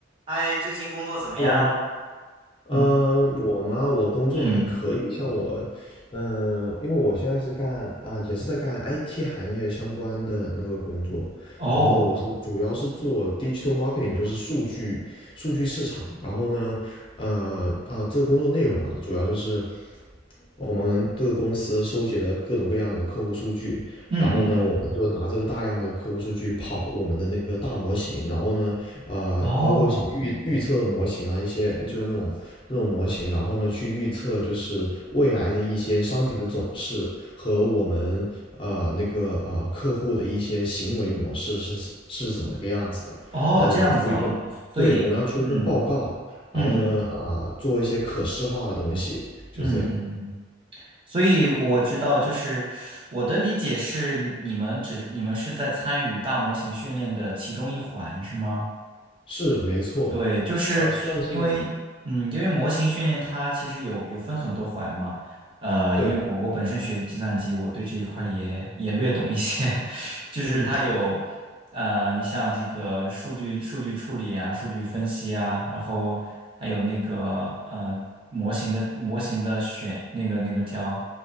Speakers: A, on the right; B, on the left.
A: 嗨，最近工作怎么样？
B: Hello，嗯，
A: 嗯
B: 呃我吗？我工作还可以，
A: 嗯
B: 像我，嗯，因为我现在是干啊、也是在干 IT 行业相关的那个工作，
A: 哦，
B: 然后我是主要是做 digital marketing，就是数据数据市场。然后呢，呃啊、这个工作内容啊，主要就是我们这个公司收集了各种各样的客户数据，
A: 嗯嗯嗯
B: 然后呢，我们就拿这个大量的客户数据跑我们的那个大模型，然后呢，呃，
A: 哦
B: 包括什么预预测模型啊，一些就是那种那种模型，然后呢，去预测就是未来的一些商品的走势和我们呃那个呃客户的一些行为模式是是怎么个样子的，
A: 哦，
B: 然后我们要出一份，
A: 这样子哦，所以嗯
B: 对，我们要出一份报告，
A: 嗯嗯
B: 然后呢，啊、做一些可视化的东西，就这样。
A: 嗯嗯嗯，所以我知道，就是我的理解是，你们只你们是在参与大模型训练的其中一环，是吗？
B: 是没错，
A: 对，就是因为，
B: 啊、算是
A: 嗯，因为模型训练它其实有有分很多环嘛，呃，
B: 对，
A: 因为我我本身学的计算机，我对这一块也也略懂一些，<laughs> 就是它有，
B: 嗯
A: 呃，你像这个数据数据处理啊，数据分析啊，然后还有那个呃模型的模型的选那个那个叫